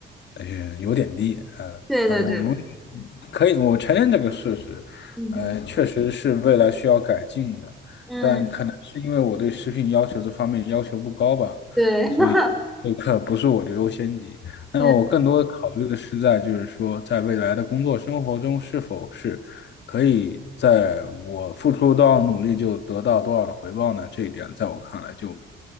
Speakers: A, on the left; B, in the centre.
A: 呃有点低，呃，
B: 对对对，
A: 但我们可以我承认这个事实，
B: 嗯
A: 呃，确实是未来需要改进的，
B: 嗯，
A: 但可能是因为我对食品要求这方面要求不高吧，
B: 对，<laughs>
A: 所以这个不是我的优先级。那么我更多的考虑的是在就是说在未来的工作生活中是否是。
B: 嗯
A: 可以在我付出多少努力就得到多少的回报呢？这一点在我看来就